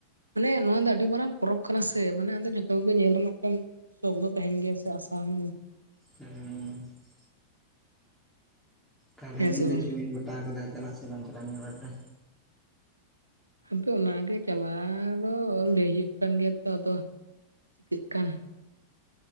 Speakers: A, on the right; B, in the centre.
A: ᱢᱟᱱᱮ ᱱᱚᱣᱟ ᱫᱚ ᱟᱹᱰᱤ ᱢᱟᱨᱟᱝ ᱯᱚᱨᱚᱵᱽ ᱠᱟᱱᱟ ᱥᱮ ᱢᱟᱱᱮ ᱟᱫᱚ ᱡᱚᱛᱚ ᱜᱮ ᱧᱮᱞ ᱨᱮᱱᱟᱜ ᱠᱟᱱ ᱥᱚᱠ ᱫᱚ ᱛᱟᱦᱮᱱ ᱜᱮᱭᱟ ᱥᱮ ᱟᱥᱟᱢ ᱦᱚᱸ
B: ᱦᱩᱸ ᱛᱟᱦᱚᱞᱮ
A: ᱦᱮᱸ
B: ᱟᱵᱤᱱ
A: ᱥᱮ
B: ᱫᱚ
A: ᱵᱟᱝ
B: ᱪᱮᱜ ᱵᱤᱱ ᱜᱚᱴᱟᱣ ᱠᱟᱫᱟ ᱪᱟᱞᱟᱜ ᱥᱮ ᱵᱟᱝ ᱪᱟᱞᱟᱜ ᱱᱤᱭᱟᱹ ᱵᱟᱨ ᱫᱚ
A: ᱟᱫᱚ ᱚᱱᱟ ᱜᱮ ᱪᱟᱞᱟᱣ ᱫᱚ ᱞᱟᱹᱭ ᱦᱩᱭᱩᱜ ᱠᱟᱱ ᱜᱮᱭᱟ ᱛᱚ ᱟᱫᱚ ᱪᱤᱜ ᱠᱟᱱ